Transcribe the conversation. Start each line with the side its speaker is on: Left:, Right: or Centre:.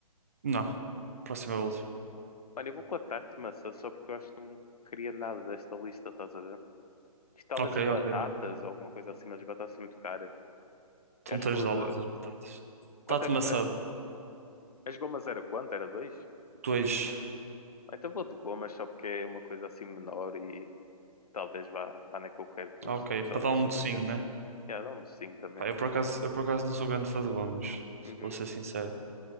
Right: Não. Próximo é o último.
Left: mano, eu vou com a tarte de maçã só porque eu acho que não queria nada desta lista, estás a ver? Talvez
Right: Ok,
Left: as batatas,
Right: ok.
Left: ou alguma coisa assim, mas as batatas são muito caras.
Right: Estão
Left: Eu acho
Right: três
Left: que vou
Right: dólares
Left: de,
Right: as batatas.
Left: Quanto
Right: Tarte
Left: é,
Right: de maçã,
Left: as, as gomas era quanto? Era dois?
Right: 2.
Left: Ah, Então vou de gomas só porque é uma coisa assim menor e talvez vá, vá na que eu quero depois,
Right: Ok,
Left: tipo
Right: para
Left: só uma
Right: dar um
Left: sobremesa.
Right: docinho, né?
Left: E yeah, dá-me sim também.
Right: Pá, eu por acaso, eu por acaso não sou grande fã de gomas,
Left: Uhum,
Right: vou ser sincero.